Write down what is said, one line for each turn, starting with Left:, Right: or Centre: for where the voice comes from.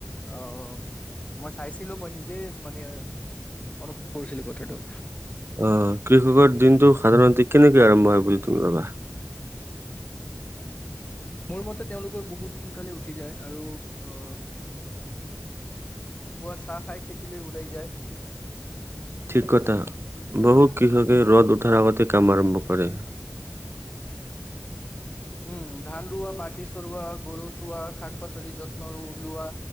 Left: অহ মই চাইছিলো মই নিজেই মানে অনুভৱ কৰিছিলো কথাটো
Right: অ কৃষকৰ দিনটো সাধাৰণতে কেনেকৈ আৰম্ভ হয় তুমি ভাবা?
Left: মোৰ মতে তেওঁলোকৰ বহুত সোনকালে উঠি যায় আৰু অ পুৱা চাহ খাই খেতিলৈ ওলাই যায়।
Right: ঠিক কথা বহুত কৃষকে ৰ'দ উঠাৰ আগতে কাম আৰম্ভ কৰে।
Left: উম ধান ৰুৱা মাটি চৰুৱা গৰু চোৱা শাক পাচলি যত্ন লোৱা।